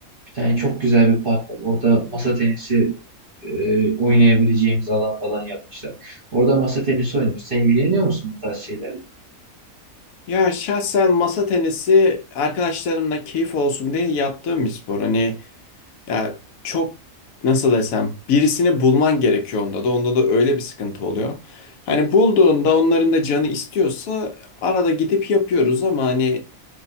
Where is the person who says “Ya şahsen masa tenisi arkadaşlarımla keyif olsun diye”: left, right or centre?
Left